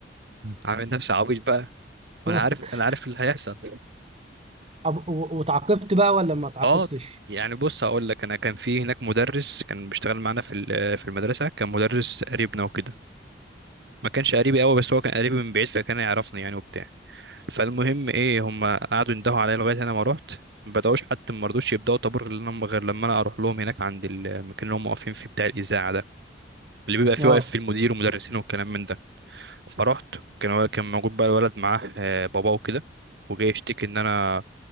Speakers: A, on the right; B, on the right.
A: عامل نفسي عبيط بقى وانا
B: <laughs>
A: عارف انا عارف اللي هيحصل
B: طب و- وتعاقبت بقى ولا ما تعاقبتش؟
A: اه يعني بص هقول لك انا كان في هناك مدرس كان بيشتغل معانا في ال- في المدرسه كان مدرس قريبنا وكده ما كانش قريبي قوي بس هو كان قريبي من بعيد فكان يعرفني يعني وبتاع فالمهم ايه هم قعدوا يندهوا عليا لغايه انا ما رحت ما بداوش حتى ما رضوش يبداوا طابور غير لما غير لما انا اروح لهم هناك عند المكان اللي هم واقفين فيه بتاع الاذاعه ده اللي بيبقى فيه
B: آه
A: واقف فيه المدير والمدرسين والكلام من ده فرحت كان هو كان موجود بقى الولد معاه آه، باباه وكده وجاي يشتكي ان انا